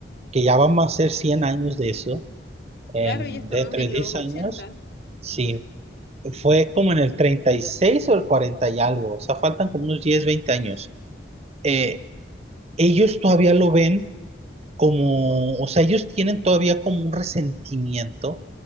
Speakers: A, on the right; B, on the left.
A: que ya van a ser 100 años de eso, en,
B: Claro, ya estamos
A: dentro
B: en
A: de 10
B: los ochenta
A: años, sí, fue como en el 36 o el 40 y algo, o sea, faltan como unos 10 20 años. Eh, ellos todavía lo ven como, o sea, ellos tienen todavía como un resentimiento